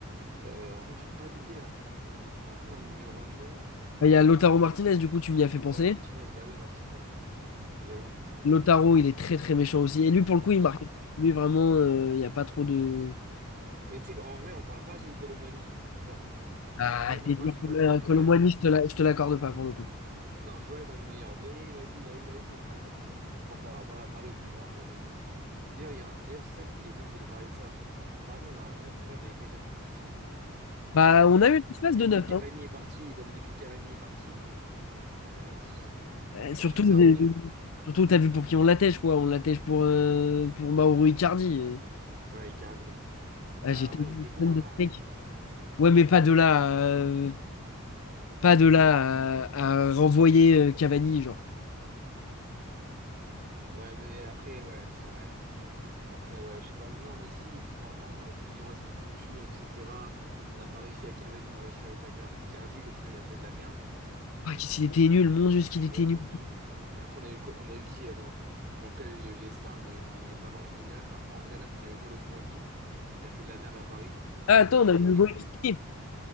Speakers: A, on the right; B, on the left.
A: euh, en vrai, j'ai pas d'idée là. En vrai, en numéro 9
B: Bah, Il y a Lautaro Martinez, du coup, tu m'y as fait penser.
A: ouais, Martinez, bah oui, Martinez, j'avoue.
B: Lautaro, il est très très méchant aussi. Et lui, pour le coup,
A: Ouais.
B: il marque. Lui, vraiment, euh, il n'y a pas trop de.
A: Mais tu sais qu'en vrai, on parle pas assez de Kolo Muani. Genre,
B: Ah,
A: en vrai, non,
B: t'es
A: je
B: dur
A: peux pas, je
B: comme
A: peux pas le mettre
B: un
A: dans les
B: Colomboigny,
A: meilleurs.
B: je te la- je te l'accorde pas pour le coup.
A: Non, je peux pas le mettre dans les meilleurs. Mais vas-y, il a, il a eu ses phases où moi, je le trouve trop fort. À Paris, il était vraiment nul, mais. D'ailleurs, il y a un- d'ailleurs, c'est ça que je voulais, moi je voulais parler de ça. Paris, on a un vrai problème avec les neufs, j'ai l'impression.
B: Bah, on
A: Genre,
B: a eu une phase
A: depuis
B: de neuf.
A: que
B: Hein.
A: Cavani est parti, ouais, mais depuis que Cavani est parti, euh, pff,
B: Euh, surtout,
A: moi je trouve
B: les-
A: ça horrible.
B: surtout t'as vu pour qui on l'attèche, quoi. On l'attèche pour, euh, pour Mauro Icardi.
A: Ouais, Icardi.
B: Ah,
A: Bah
B: j'ai tellement
A: ouais, il était
B: eu une
A: bon
B: scène
A: avant.
B: de steak. Ouais, mais pas de là. euh, Pas
A: Mm.
B: de là à, à renvoyer euh, Cavani, genre.
A: Ouais, mais après, ouais, c'est vrai. Après, ouais, je sais pas. Non, mais si, parce qu'en vrai, on aurait pu se dire, ouais, c'est le futur, etc. On n'a pas réussi avec Cavani, on va réussir avec Ica- Icardi. Au final, il a fait de la merde.
B: Ah, qu'est-ce qu'il était nul, mon Dieu, ce qu'il était
A: Ouais, il était
B: nul.
A: nul. Après, on a eu, quoi- on a eu qui, attends? Bon, Après, il y a eu les stars, mais on n'avait pas vraiment une neuf. Après, en vrai neuf, on a eu Kolo Muani. Il a fait de la merde à Paris.
B: Ah, attends,
A: Genre, il
B: on
A: était
B: a le
A: horrible.
B: Moïskine.